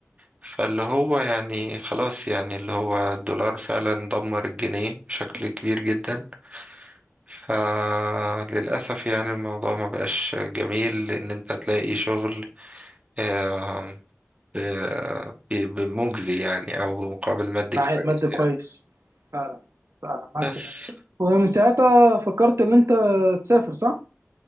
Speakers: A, on the right (about 25°); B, on the right (about 70°).
A: فاللي هو يعني خلاص يعني اللي هو الدولار فعلا دمر الجنيه بشكل كبير جدا فللأسف يعني الموضوع ما بقاش جميل لأن أنت تلاقي شغل آه، ب- ب- بمجزي يعني او بمقابل مادي
B: معهد
A: كويس
B: مادة كويس
A: يعني
B: فعلا فعلا معاك
A: بس
B: في ده ومن ساعتها فكرت ان انت تسافر صح؟